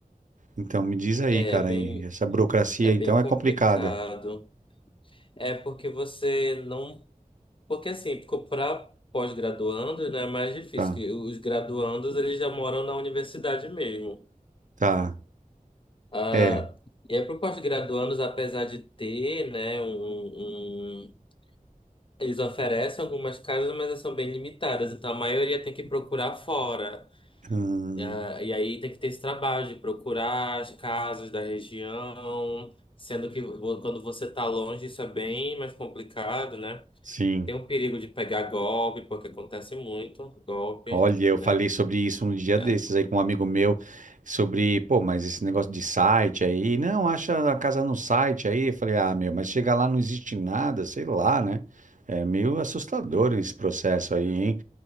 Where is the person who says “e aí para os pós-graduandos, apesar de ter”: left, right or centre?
Left